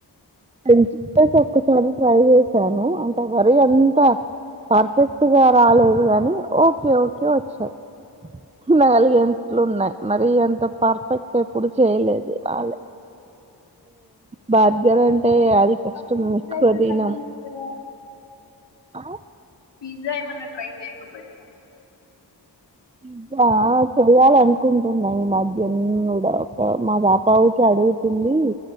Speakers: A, on the right; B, on the left.
A: ఫ్రెంచ్ ఫ్రైస్ ఒక్కసారి ట్రై చేశాను అంటే మరి అంత పర్ఫెక్ట్గా రాలేదు గాని ఓకే ఓకే వచ్చారు <unintelligible> ఎట్లు ఉన్నాయి మరి అంత పర్ఫెక్ట్ ఎప్పుడు చేయలేదు రాలేదు బర్గర్ ఆన్ టే అది కష్టం
B: మరి పిజ్జా
A: నాకు
B: ఇట్లా
A: అది
B: ట్రై
A: నా
B: చేయకపోయారా
A: ఆ
B: పిజ్జా ఏమన్నా ట్రై చేయకపోయారా
A: ఇకా చెయ్యాల అనుకుంటున్నాయి ఈ మధ్య నేను కూడా ఒక మా పపాప ఉరికే అడుగుతుంది